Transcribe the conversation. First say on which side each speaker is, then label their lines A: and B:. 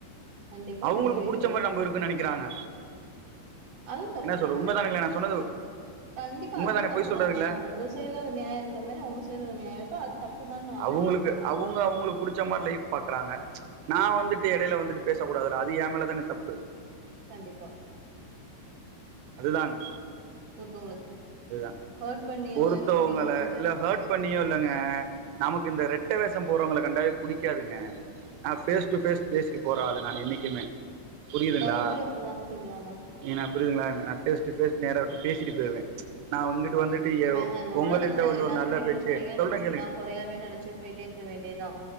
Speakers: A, on the right (about 50°); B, on the right (about 80°).
A: கண்டிப்பா
B: அவங்களுக்கு
A: கெடையவே
B: புடிச்ச
A: கெடையாது
B: மாரி நம்ப இருக்க நெனைக்கிறாங்க
A: அது தப்புதா
B: என்ன சொல்லு உண்மதானேங்ளே நா சொன்னது
A: கண்டிப்பா
B: உண்மதான
A: அதுவு தப்புதாங்க
B: பொய் சொல்றதுல்ல
A: உங்க செய்டுல ஒரு நியாயோ இருக்கற மாரி அவங்க செய்டுல ஒரு நியாயோ இருக்கு தப்புதான
B: அவுங்களுக்கு அவுங்க அவுங்களுக்கு புடிச்ச மாரி லைஃப் பாக்குறாங்க நா வந்துட்டு எடைல வந்துட்டு பேச கூடாதுல்ல அது ஏ மேல தான தப்பு
A: கண்டிப்பா
B: அதுதாங்க
A: ஒருத்தவங்கள
B: அதுதா
A: ஹர்ட் பண்ணியோ
B: ஒருத்தவங்கல
A: இது பண்ணியோ
B: இல்ல ஹட் பண்ணியு இல்லங்க நமக்கு இந்த ரெட்டை வேஷோ போறவங்கள கண்டாவே புடிக்காதுங்க நா பேஸ் டு பேஸ் பேசிட்டு போறாளு நானு என்னைக்குமே புரியுதுங்ளா
A: நெறைய பேர் அப்டிதாங்க திரியுறாங்க
B: ஏனா புரியுதுங்ளா என்ன நா பேஸ் டு பேஸ் நேர வுட்டு பேசிட்டு போய்டுவே நா இங்குட்டு வந்துட் டீயோ
A: ஏ மேல இந்த
B: உங்கலில்ட்ட
A: உலகத்துல
B: வந்து
A: எல்லாத்தையுமே
B: ஒரு நல்ல பேச்சு
A: நீங்க கொறையா
B: சொல்றே
A: நெனச்சீங்கன்னா
B: கேளுங்க
A: கொறையாவே நெனச்சி போயிட்டேருக்க வேண்டியதா